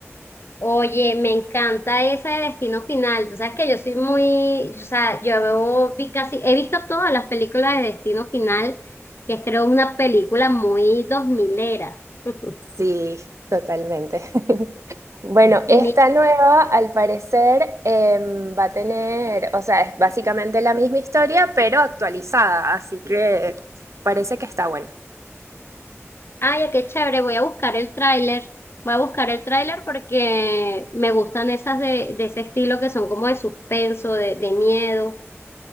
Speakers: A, on the left; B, on the right.
A: Oye, me encanta esa de Destino Final. Tú sabes que yo soy muy, o sea, yo veo- vi casi, he visto todas las películas de Destino Final, que es creo una película muy dos milera. <laughs>
B: Sí, totalmente. <laughs> Bueno,
A: Mi-
B: esta nueva, al parecer, em, va a tener, o sea, es básicamente la misma historia, pero actualizada, así que parece que está buena.
A: Ay, qué chévere, voy a buscar el tráiler. Voy a buscar el tráiler porque me gustan esas de, de ese estilo que son como de suspenso, de, de miedo.